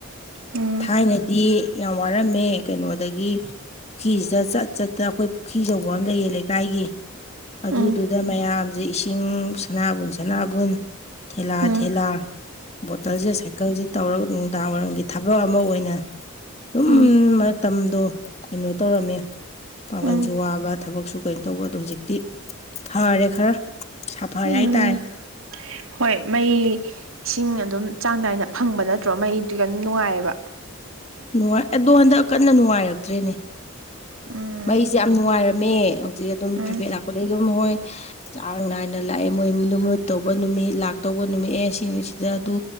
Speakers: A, on the right; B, on the left.
A: ꯎꯝ
B: ꯊꯥꯏꯅꯗꯤ ꯌꯥꯝ ꯋꯥꯔꯝꯃꯦ ꯀꯩꯅꯣꯗꯒꯤ ꯄꯨꯈ꯭ꯔꯤꯁꯤꯗ ꯆꯠ ꯆꯠꯇ ꯑꯩꯈꯣꯏ ꯄꯨꯈ꯭ꯔꯤ ꯑꯆꯧꯕ ꯑꯃ ꯂꯩꯌꯦ ꯂꯩꯀꯥꯏꯒꯤ ꯑꯗꯨꯗꯨꯗ
A: ꯎꯝ
B: ꯃꯌꯥꯝꯁꯦ ꯏꯁꯤꯡ ꯁꯅꯥꯕꯨꯟ ꯁꯅꯥꯕꯨꯟ ꯊꯦꯂꯥ
A: ꯎꯝ
B: ꯊꯦꯂ ꯕꯣꯇꯜꯁꯦ ꯁꯥꯏꯀꯜꯁꯦ ꯇꯧꯔꯒ ꯅꯨꯡꯗꯥꯡ ꯋꯥꯏꯔꯝꯒꯤ ꯊꯕꯛ ꯑꯃ ꯑꯣꯏꯅ ꯑꯗꯨꯝ
A: ꯎꯝ
B: ꯃꯇꯝꯗꯣ ꯀꯩꯅꯣ ꯇꯧꯔꯝꯃꯦ ꯄꯥꯡꯒꯟꯁꯨ
A: ꯎꯝ
B: ꯋꯥꯕ ꯊꯕꯛꯁꯨ ꯀꯩꯅꯣ ꯇꯧꯕ ꯑꯗꯣ ꯍꯧꯖꯤꯛꯇꯤ ꯐꯥꯔꯦ ꯈꯔ ꯁꯥꯐꯔꯦ
A: ꯎꯝ
B: ꯍꯥꯏꯇꯥꯔꯦ
A: ꯍꯣꯏ ꯃꯣꯏ ꯏꯁꯤꯡ ꯑꯗꯨꯝ ꯆꯥꯡ ꯅꯥꯏꯅ ꯐꯪꯕ ꯅꯠꯇ꯭ꯔꯣ ꯃꯩꯗꯨ ꯑꯗꯨꯝ ꯅꯨꯡꯉꯥꯏꯌꯦꯕ
B: ꯅꯨꯡꯉꯥꯏ ꯑꯗꯣ ꯍꯟꯗꯛ ꯀꯟꯅ ꯅꯨꯡꯉꯥꯏꯔꯛꯇ꯭ꯔꯦꯅꯦ
A: ꯎꯝ
B: ꯃꯩꯁꯦ ꯌꯥꯝ ꯅꯨꯡꯉꯥꯏꯔꯝꯃꯦ ꯍꯧꯖꯤꯛ ꯑꯗꯨꯝ
A: ꯎꯝ
B: ꯄ꯭ꯔꯤꯄꯦꯗ ꯂꯥꯛꯄꯗꯩ ꯑꯗꯨꯝ ꯍꯣꯏ ꯆꯥꯡ ꯅꯥꯏꯅ ꯂꯥꯛꯑꯦ ꯃꯣꯏ ꯃꯃꯨꯠ ꯇꯧꯕ ꯅꯨꯃꯤꯠ ꯂꯥꯛꯇꯧꯕ ꯅꯨꯃꯤꯠꯑ ꯁꯤꯅꯤꯁꯤꯗ ꯑꯗꯨ